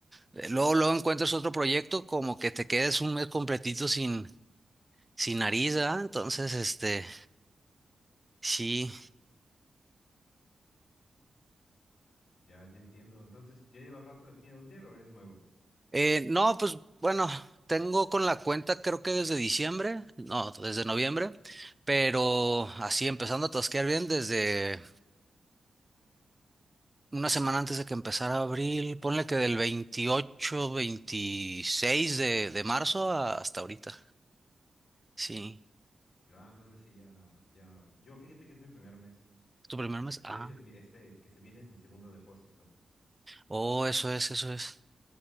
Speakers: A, on the right; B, on the left.
A: eh, luego, luego encuentres otro proyecto, como que te quedes un mes completito sin, sin nariz, ¿ah? Entonces, este, sí.
B: Ya, ya entiendo. Entonces, ¿ya llevas rato aquí en Outlier o eres nuevo?
A: Eh, no, pues bueno, tengo con la cuenta creo que desde diciembre, no, desde noviembre, pero así empezando a tosquear bien desde una semana antes de que empezara abril, ponle que del 28 26 de, de marzo a- hasta ahorita. Sí,
B: Ah, entonces sí, ya, ya. Yo fíjate que es mi primer mes.
A: ¿tu primer mes?
B: De
A: Ah,
B: hecho, es mi, este, el que se viene es mi segundo depósito.
A: oh, eso es, eso es.